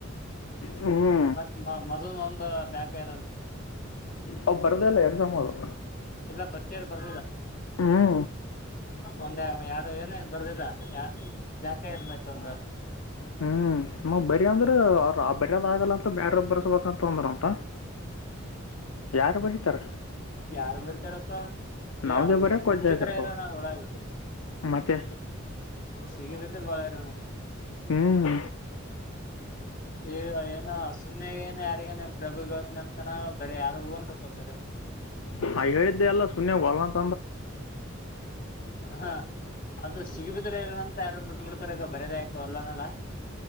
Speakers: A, on the left; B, on the left.
A: ಹ್ಞೂ
B: ಮತ್ ಮದ್ನ್ ಒಂದ ಬ್ಯಾಕ್ ಇದಂತ
A: ಅವು ಬರ್ದಲ್ಲ ಎಕ್ಸಾಮ್ ಅದು
B: ಇಲ್ಲ ಫಸ್ಟ್ ಇರ್ ಬರ್ದಿದ
A: ಹ್ಞೂ
B: ಒಂದ ಎರಡು ಏನ ಬರ್ದದ ಬೇಕದ ಮತ್ತ ಒಂದು
A: ಹ್ಞೂ ನಾವು ಬರಿ ಅಂದ್ರ ಅವರು ಆ ಬರಿದ್ ಆಗಲ್ಲ ಅಂತ ಬೇರೆಬ್ ಬರ್ಸ್ಬೇಕಂತ ಅಂದ್ರಂತ ಯಾರು ಬರೀತಾರೆ
B: ಯಾರು ಬರ್ತಾರಪ್ಪಾ ಯಯ
A: ನಮ್ಮದೇ ಬರೆಯೋಕೆ
B: ಸಿಗಿಬಿದ್ರೆ
A: ವಜ್ಜೆ ಆಗಿರ್ತವೆ
B: ಇರೋಣ ಅದ್ ಒಳಗೆ
A: ಮತ್ತೆ
B: ಸಿಗಬೇಕಿದ್ದೆ ಬಾಳ ಇರೋಣ
A: ಹ್ಮ್
B: ಇ ಏನ ಸುನ್ನಗ ಏ ಯಾರಿಗಏ ಪ್ರಭು ಗವತ್ ನಮ್ನ ಬರ ಯಾರು ಬರ
A: ಹಾ ಹೇಳಿದ್ದೆ ಎಲ್ಲ ಸುನ್ಯ ಬಲ್ಲಂತ
B: ಹಾ ಅದು ಸಿಗಬಿದ್ರೆ ಯಾರು ಬಿಟ್ಟ ಬಿಡ್ತಾರೆ ಬರದ ಆಯಕು ಅಲ್ಲನಲ್ಲ